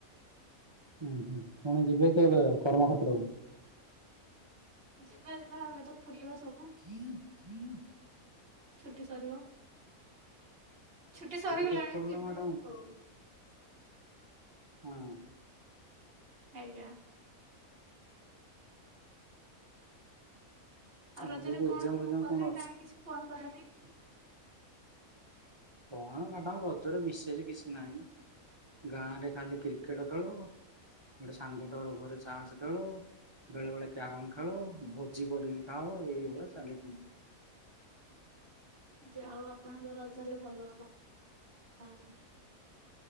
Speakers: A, on the right; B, on the right.
A: ଅଁ, ହଁ ପୁଣି ଯିବେ କେବେ କର୍ମକ୍ଷେତ୍ରକୁ?
B: ଯିବା ଯିବା ଆମେ ତ ଫୁଲିବା ସବୁ।
A: ହଁ ହଁ
B: ଛୁଟି ସରିବ। ଛୁଟି ସରିଗଲାଣି
A: ତ ସରିଲା
B: ଯିବି
A: ମ୍ୟାଡାମ
B: ଏବେ ଆଉ।
A: ହଁ।
B: ଆଜ୍ଞା। ଆଉ ରଜରେ
A: ଆଗକୁ
B: କଣ
A: ଏକ୍ଜାମ
B: ସବୁ
A: ଫେକ୍ଜାମ
B: କଲେ
A: କଣ ଅଛି?
B: କାହିଁ କିଛି ଫୋନ୍ କଲେନି?
A: କଣ ମାଡାମ୍ ରଜରେ ବିଶେଷ କିଛି ନାହିଁ। ଗାଁରେ ଖାଲି କ୍ରିକେଟ୍ ଖେଳ। ଗୋଟେ ସାଙ୍ଗଟେ ଘରେ ଚାସ୍ ଖେଳ। ବେଳେ ବେଳେ କ୍ୟାରମ ଖେଳ ଭୋଜି କରିକି ଖାଅ ଏଇଭଳିଆ ଚାଲିଥିବ
B: ଯେ ଆଉ ଆପଣଙ୍କ ରଜା ହେଲେ ଭଲ ଗଲାରି